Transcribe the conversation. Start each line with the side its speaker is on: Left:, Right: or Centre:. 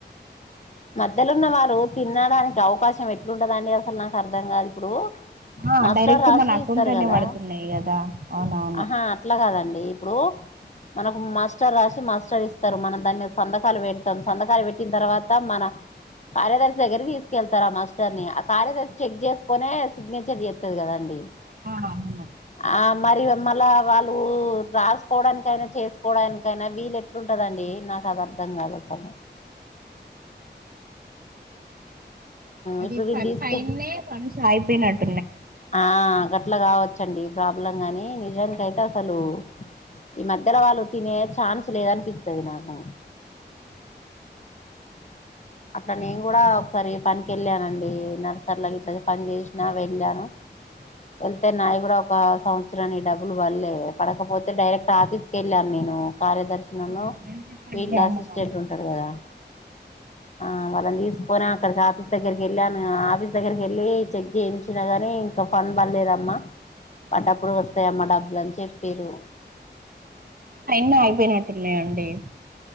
Left: మధ్యలో ఉన్న వారు తినడానికి అవకాశం ఎట్లుంటదండి అసలు నాకు అర్ధం కాదు ఇప్పుడు
Right: ఆ
Left: మాస్టర్
Right: డైరెక్ట్
Left: రాసి
Right: మన అకౌంట్
Left: ఇస్తారు
Right: లోనే
Left: కదా
Right: పడుతున్నాయి కదా అవునవును
Left: ఆహా అట్లా కాదండి ఇప్పుడు మనకు మాస్టర్ రాసి మాస్టర్ ఇస్తారు. మనం దాన్ని సంతకాలు పెడతాం. సంతకాలు పెట్టిన తర్వాత మన కార్యదర్శి దగ్గర తీసుకెళ్తారు. ఆ మాస్టర్ ని ఆ కార్యదర్శి చెక్ చేసుకునే సిగ్నేచర్ చేస్తది కదండి.
Right: ఆహా అవును
Left: ఆ మరి మళ్ల వాళ్ళు రాసుకోవడానికైనా చేసుకోవడానికైనా వీలు ఎట్లుంటదండి నాకు అద అర్థం కాదసలు
Right: అవి
Left: ఇప్పుడు వీళ్ళు తీస్తే
Right: ఫైన్నే ఫన్స్ అయిపోయినట్టు
Left: ఆ గట్లా కావచ్చండి ప్రాబ్లం గాని నిజానికి అయితే అసలు ఈ మధ్యలో వాళ్ళు తినే ఛాన్స్ లేదనిపిస్తది నాకు అట్లా నేను కూడా ఒకసారి పనికి వెళ్ళానండి. నర్సర్ ఇట్లా పని చేసినా వెళ్ళాను. వెళ్తే నాయి కూడా ఒక సంవత్సరాన్ని డబ్బులు పల్లే పడకపోతే డైరెక్ట్ ఆఫీస్ కి వెళ్ళాను నేను కార్యదర్శినను
Right: ఆ వెళ్తే పండి
Left: ఫీల్డ్ అసిస్టెంట్ ఉంటడు కదా ఆ వాళ్ళని తీసుకొని అక్కడికి ఆఫీస్ దగ్గరికి వెళ్ళాను. ఆఫీస్ దగ్గరకి వెళ్ళి చెక్ చేయించినాగాని ఇంకా పల్లేదమ్మా పడ్డప్పుడు వస్తాయమ్మా డబ్బులు అని చెప్పారు.
Right: యిన్న ఆయిపోయినాయి అంటినే అండి